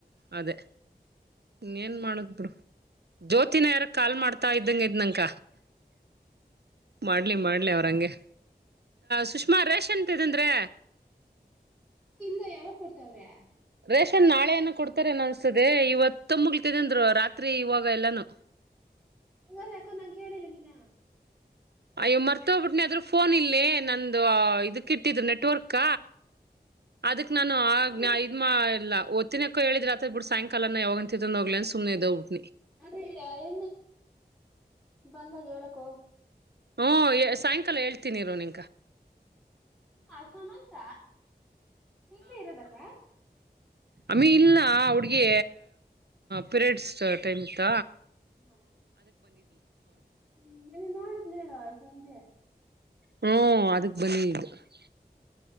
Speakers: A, on the right; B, in the centre.
A: ಅದೇ <unintelligible> ಇ ಏನ್ ಮಾಡಕ್ ಬಿಡು ಜ್ಯೋತಿನ ಯಾರ ಕಾಲ್ ಮಾಡ್ತಾ ಇದ್ದಂಗ ಇದ್ಂಕ ಮಾಡ್ಲಿ ಮಾಡ್ ಅವ್ರಂಗೆ ಸುಷ್ಮಾ ರೇಷನ್ ಅಂತ ಅಂದ್ರೆ
B: ಇಲ್ಲ ಯಾವಾಗ ಕೊಡ್ತಾವ್ರೆ
A: ರೇಷನ್ ನಾಳೆಏನ ಕೊಡ್ತಾರೆನ ಅನ್ಸತದೆ ಇವತ್ತು ಮುಗ್ತಿದೆ ಅಂದ್ರು ರಾತ್ರಿ ಇವಾಗ ಎಲ್ಲಾನು
B: ಹಂಗಾರ ಯಕೋ ನಂಗೆ ಕೇಳಿಲ್ಲ ನೀನ
A: ಅಯ್ಯೋ ಮರ್ತೋಗ್ಬಿಟ್ನಿ ಅದ್ ಫೋನ್ ಇಲ್ಲೇ ನಂದು ಇದಕ್ಕ ಇಟ್ಟಿದ್ರು ನೆಟ್ವರ್ಕ ಅದಕ್ ನಾನು ಆ
B: ಅದೇ
A: ಇದ್ಮ ಇಲ್ಲ ತ್ತಿನಕ್ಕ ಹೇಳಿದ್ರತ್ರ ಬಿ ಸಾಯಂಲನ ಯಾವ ಅಂತ ಹೋಗ್ ಅ ಸುನೆ ಇದ <unintelligible>
B: ಅದೇ ಎ ಬಂದ ಹೇಳಕೊ
A: ಹ್ಮ ಸಾಯಂಕಾಲ ಹೇಳ್ತೀನಿರ ನಿ
B: ಹ ಸಮಂತ ಇಲ್ಲಿ ಇರೋದಕ್ಕ
A: ಅಮಿ ಇಲ್ನಾ ಹಡ್ಗ ಪಿರಿಯಡ್ಸ್ ಟೈಮ್ ಇತ್ತ
B: ಹ ಹ್ಮ ಮ ನೋಡುದ್ ಹೇಳುವ ಸಂಜೆ
A: ಹ್ಮ ಅದಕ್ ಬನಿ ಇ <unintelligible>
B: ಹ್ಮ